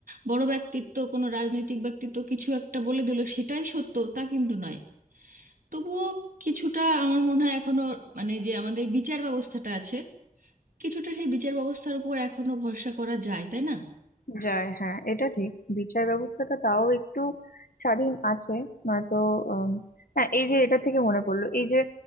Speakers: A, on the right; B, on the left.
A: বড় ব্যক্তিত্ব কোনো রাজনৈতিক ব্যক্তিত্ব কিছু একটা বলে দিল সেটাই সত্য তা কিন্তু নয় তবুও কিছুটা আমার মনে হয় এখনো মানে যে আমাদের বিচার ব্যবস্থাটা আছে কিছুটা সেই বিচার ব্যবস্থার উপর এখনো ভরসা করা যায় তাই না
B: যায় হ্যাঁ এটা ঠিক বিচার ব্যবস্থাটা তাও একটু স্বাধীন আছে নয়তো আম, হ্যাঁ এই যে এটা থেকে মনে পড়লো এই যে